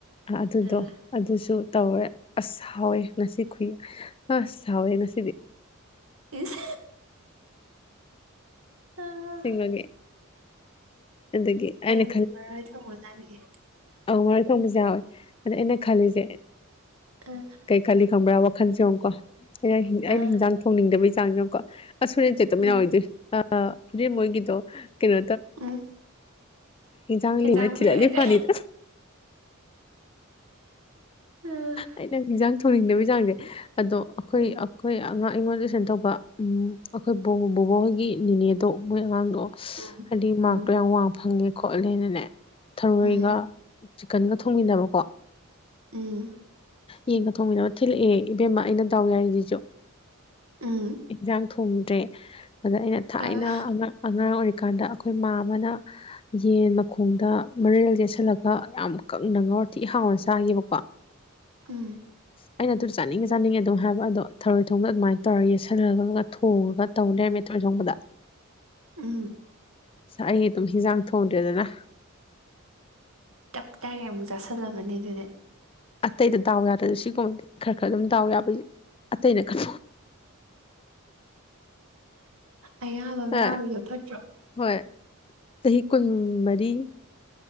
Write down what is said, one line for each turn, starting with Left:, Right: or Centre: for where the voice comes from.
Left: ꯑꯗꯨꯗꯣ
Right: ꯑꯥ
Left: ꯑꯗꯨꯁꯨ ꯇꯧꯋꯦ ꯑꯁ ꯍꯥꯎꯋꯦ ꯉꯁꯤ ꯈꯨꯏ ꯑ ꯑꯁ ꯍꯥꯎꯋꯦ ꯉꯁꯤꯗꯤ
Right: ꯏꯁ ꯑꯥ
Left: ꯑꯁꯦꯡꯕꯒꯤ ꯑꯗꯒꯤ ꯑꯩꯅ
Right: ꯑꯩꯕꯨꯗꯤ ꯃꯔꯣꯏ ꯊꯣꯡꯕ ꯆꯥꯅꯤꯡꯉꯦ
Left: ꯑ ꯃꯔꯣꯏ ꯊꯣꯡꯕꯁꯨ ꯌꯥꯎꯋꯦ ꯑꯗ ꯑꯩꯅ ꯈꯜꯂꯤꯁꯦ
Right: ꯑꯥ
Left: ꯈꯜꯂꯤ ꯈꯪꯕ꯭ꯔꯥ ꯋꯥꯈꯜꯁꯤ ꯌꯦꯡꯉꯨꯀꯣ ꯑꯩꯅ ꯑꯩꯅ
Right: ꯑꯥ
Left: ꯍꯤꯟꯖꯥꯡ ꯊꯣꯡꯅꯤꯡꯗꯕꯩ ꯆꯥꯡ ꯌꯦꯡꯉꯨꯀꯣ ꯑꯁ ꯍꯨꯔꯦꯟ ꯇꯃꯤꯟꯅ
Right: ꯎꯝ
Left: ꯑꯣꯏꯗꯣꯏ ꯍꯧꯖꯤꯛ ꯃꯣꯏꯒꯤꯗꯣ ꯀꯩꯅꯣ
Right: ꯎꯝ
Left: ꯍꯤꯟꯖꯥꯡ
Right: ꯍꯦꯟꯖꯥꯡ
Left: ꯂꯦꯝꯃꯗꯤ ꯊꯤꯜꯂꯛꯑꯗꯤ
Right: ꯄꯤꯔꯛꯑꯗꯤ
Left: ꯐꯅꯤꯗ
Right: ꯑꯥ
Left: ꯑꯩꯅ ꯍꯤꯟꯖꯥꯡ ꯊꯣꯡꯅꯤꯡꯗꯕꯩ ꯆꯥꯡꯁꯦ ꯑꯗꯣ ꯑꯩꯈꯣꯏ
Right: ꯎꯝ
Left: ꯑꯩꯈꯣꯏ ꯑꯉꯥꯡ ꯑꯩꯉꯣꯟꯗ ꯇꯨꯏꯁꯟ ꯇꯧꯕ ꯎꯝ ꯑꯩꯈꯣꯏ ꯕꯣꯕꯣꯛ ꯍꯣꯏꯒꯤ ꯅꯤꯅꯦꯗꯣ ꯃꯣꯏ ꯑꯉꯥꯡꯗꯣ
Right: ꯎꯝ
Left: ꯍꯥꯏꯗꯤ
Right: ꯎꯝ
Left: ꯃꯥꯛꯇꯣ ꯌꯥꯝ ꯋꯥꯡꯅ ꯐꯪꯉꯦ ꯈꯣꯠꯂꯦꯅꯅꯦ ꯊꯔꯣꯏꯒ
Right: ꯎꯝ
Left: ꯆꯤꯛꯀꯟꯒ ꯊꯣꯡꯃꯤꯟꯅꯕꯀꯣ
Right: ꯎꯝ
Left: ꯌꯦꯡꯒ ꯊꯣꯡꯃꯤꯟꯅꯕ ꯊꯤꯜꯂꯛꯑꯦ ꯏꯕꯦꯝꯃ ꯑꯩꯅ ꯗꯥꯎ ꯌꯥꯔꯤꯁꯤꯁꯨ
Right: ꯎꯝ
Left: ꯏꯟꯁꯥꯡ ꯊꯣꯡꯗ꯭ꯔꯦ ꯑꯗ ꯑꯩꯅ ꯊꯥꯏꯅ
Right: ꯑ
Left: ꯑꯉꯥꯡ ꯑꯣꯏꯔꯤꯀꯥꯟꯗ ꯑꯩꯈꯣꯏ ꯃꯥꯝꯃꯅ ꯌꯦꯟ ꯃꯈꯣꯡꯗ ꯃꯔꯦꯜ ꯌꯦꯠꯁꯤꯜꯂꯒ ꯌꯥꯝ ꯀꯪꯅ ꯉꯧꯔ ꯊꯤ ꯍꯥꯎꯅ ꯆꯥꯒꯤꯕꯀꯣ
Right: ꯎꯝ
Left: ꯑꯩꯅ ꯑꯗꯨ ꯆꯥꯅꯤꯡꯉꯦ ꯆꯥꯅꯤꯡꯉꯦ ꯑꯗꯨꯝ ꯍꯥꯏꯕ ꯑꯗꯣ ꯊꯔꯣꯏ ꯊꯣꯡꯕꯗ ꯑꯗꯨꯃꯥꯏꯅ ꯇꯧꯔꯒ ꯌꯦꯁꯤꯜꯂꯒ ꯊꯣꯡꯉꯒ ꯇꯧ ꯂꯩꯔꯝꯃꯦ ꯊꯣꯔꯧꯏ ꯊꯣꯡꯕꯗ
Right: ꯎꯝ
Left: ꯑꯩ ꯑꯗꯨꯝ ꯍꯤꯟꯖꯥꯡ ꯊꯣꯡꯗ꯭ꯔꯦꯗꯅ
Right: ꯇꯞ ꯇꯥꯏꯉꯩ ꯑꯃꯨꯛ ꯆꯥꯁꯜꯂꯝꯃꯅꯤ ꯑꯗꯨꯗꯤ
Left: ꯑꯇꯩꯗ ꯗꯥꯎ ꯌꯥꯗ꯭ꯔꯁꯨ ꯁꯤꯒꯨꯝꯕꯗꯤ ꯈꯔ ꯈꯔ ꯑꯗꯨꯝ ꯗꯥꯎ ꯌꯥꯕꯒꯤ ꯑꯇꯩꯅ ꯀꯟ
Right: ꯑꯌꯥꯝꯕ ꯑꯃ ꯌꯥꯎꯔꯤꯗꯣ
Left: ꯑ
Right: ꯐꯠꯇ꯭ꯔꯣ
Left: ꯍꯣꯏ ꯆꯍꯤ ꯀꯨꯟ ꯃꯔꯤ